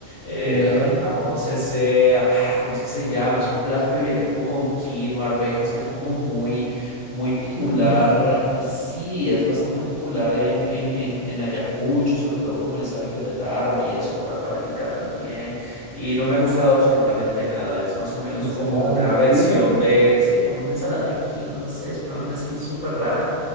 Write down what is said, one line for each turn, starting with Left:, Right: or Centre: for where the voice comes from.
Left: Eh,
Right: Uy, a
Left: digamos,
Right: ver,
Left: ese, ay, ¿cómo es que se llama? Es un plato que viene como con quinoa, arvejas, que es como muy, muy popular.
Right: quinoa,
Left: Sí, es bastante popular en, en, en, en Ayacucho, sobre todo como en esa región de Tarma y eso, en Huancavelica también. Y no me ha gustado absolutamente nada. Es más o menos
Right: ensalada
Left: como una
Right: de
Left: versión
Right: quinoa.
Left: de, sí, como una ensalada de quinoa, no sé, es una vaina así súper rara